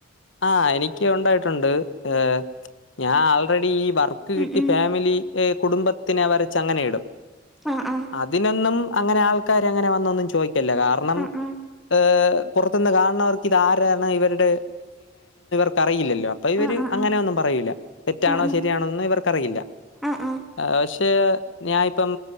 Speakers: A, on the left; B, in the centre.
A: ആഹ് എനിക്ക് ഉണ്ടായിട്ടുണ്ട് ഏ ഞാൻ ആൾറെഡീ വർക്ക് കിട്ടി
B: ഉം ഉം
A: ഫാമിലി ഈ കുടുംബത്തിനെ വരച്ച് അങ്ങനെയിടും
B: ആ ആ
A: അതിനെന്നും അങ്ങനെ ആൾക്കാര് അങ്ങനെ വന്നൊന്നും ചോയി ഇല്ല കാരണം
B: ആ ആ
A: ഏഹ് പോർത്ത്ന്ന് കാൺണവർക്ക് ഇത് ആരാണ് ഇവര്ടെ ക്കറിയില്ല അപ്പൊ ഇവര്
B: ആ ആ ആ
A: അങ്ങനൊന്നും പറയൂല തെറ്റാണോ
B: ആ
A: ശരിയാണോന്നും ഇവർക്കറിയില്ല
B: ആ ആ ആ
A: ഏഹ് പക്ഷേ ഞാ ഇപ്പം